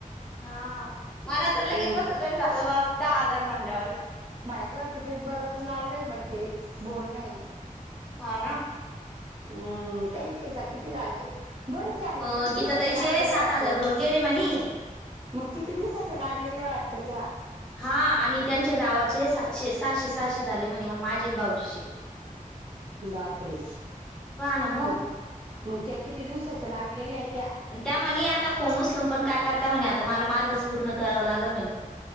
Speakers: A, in the centre; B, on the right.
A: हा, मला
B: हम्म
A: तर लगे कस तरी झालं बा, दहा हजार म्हणल्यावर.
B: माय ग, किती बरच लावलंय मग ते बोलणे.
A: हा ना.
B: हम्म, त्यांचे किती झालेय, बरच ते मग
A: अ
B: किती दिवसाच्या
A: गीता ताईचे
B: लागलेलं
A: सात
B: हाय वाटतं.
A: हजार लोक गेले म्हणे
B: मग किती दिवसाच्या लागलेल्या वाटत त्या.
A: हा, आणि त्यांच्या जावाचे सातशे, सहाशे- सहाशे झाले माझे म्हणे आणि भाऊजीचे.
B: बापरे,
A: पहा ना मग
B: हम्म. मग त्या किती दिवसाच्या लागलेल्या हेय त्या?
A: त्या म्हणे आता फोन उचल पण काय करता म्हणे, आता मला माझच पूर्ण करावं लागल म्हणे.